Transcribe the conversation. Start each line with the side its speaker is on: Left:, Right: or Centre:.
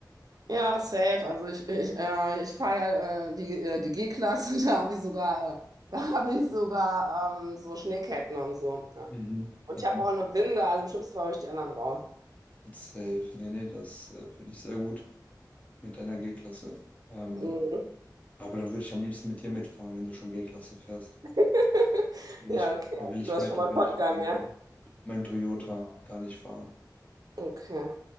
Right: Ja, safe. Also ich, ich, äh, ich fahre ja, äh, die, äh, die G-Klasse, <laughs> da habe ich sogar, äh, da habe ich sogar ähm, so Schneeketten und so. Ja.
Left: Mhm,
Right: Und
Left: mhm.
Right: ich habe auch eine Winde, also im schlimmsten Fall hole ich die anderen raus.
Left: Safe. Nee, nee, das äh, finde ich sehr gut mit deiner G-Klasse. Ähm,
Right: Mhm.
Left: Aber dann würde ich am liebsten mit dir mitfahren, wenn du schon G-Klasse fährst.
Right: <laughs>
Left: Will
Right: Ja,
Left: ich,
Right: okay.
Left: da will ich
Right: Du hast
Left: mein,
Right: schon
Left: da
Right: mal
Left: will
Right: Shotgun,
Left: ich mein,
Right: ja?
Left: äh, mein Toyota gar nicht fahren.
Right: Okay.